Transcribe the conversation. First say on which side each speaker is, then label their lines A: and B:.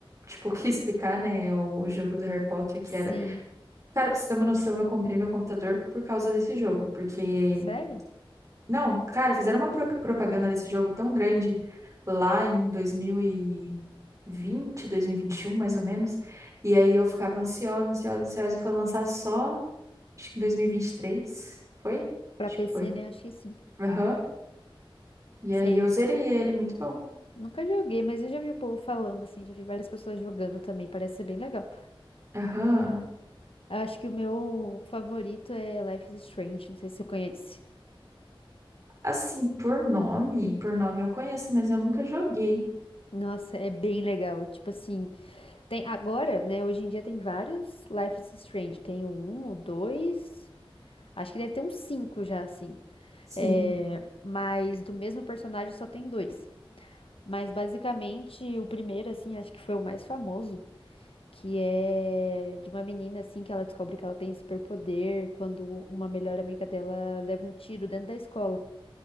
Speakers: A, on the right (about 35°); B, on the left (about 75°).
A: tipo, <laughs> o que explicar, né? É O jogo do Harry Potter, que
B: sim.
A: era. Cara, pra você ter uma noção, eu comprei meu computador por causa desse jogo, porque.
B: Sério?
A: Não, cara, fizeram uma pro- propaganda desse jogo tão grande lá em 2020, 2021, mais ou menos. E aí eu ficava ansiosa, ansiosa, ansiosa, e foi lançar só, acho que em 2023. Foi?
B: Pra
A: Acho
B: PC,
A: que foi.
B: né? Acho que sim.
A: Aham. E
B: Sei.
A: aí eu zerei ele, muito bom.
B: Nunca joguei, mas eu já vi o povo falando assim, já vi várias pessoas jogando também, parece ser bem legal.
A: Aham.
B: Acho que o meu favorito é Life is Strange, não sei se você conhece.
A: Assim, por nome, por nome eu conheço, mas eu nunca joguei.
B: Nossa, é bem legal. Tipo assim, tem agora, né? Hoje em dia tem vários Life is Strange. Tem o 1, o 2. Acho que deve ter uns cinco já, assim.
A: Sim.
B: É, mas do mesmo personagem só tem dois. Mas basicamente o primeiro, assim, acho que foi o mais famoso, que é de uma menina, assim, que ela descobre que ela tem superpoder quando uma melhor amiga dela leva um tiro dentro da escola.